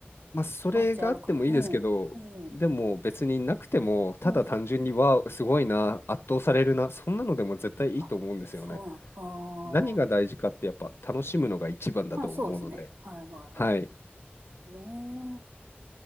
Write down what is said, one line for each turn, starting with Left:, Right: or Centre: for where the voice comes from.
Left: まあ、それがあってもいいですけど、
Right: 街歩くこと。うん。うん。
Left: でも別になくても、ただ単純に、
Right: うん。
Left: わあ、すごいな、圧倒されるな、そんなのでも絶対いいと思うんですよね。
Right: あ、そうなん。ああ。
Left: 何が大事かってやっぱ楽しむのが一番だと思うので、
Right: まあそうですね。はいはいは
Left: はい、
Right: い。ええ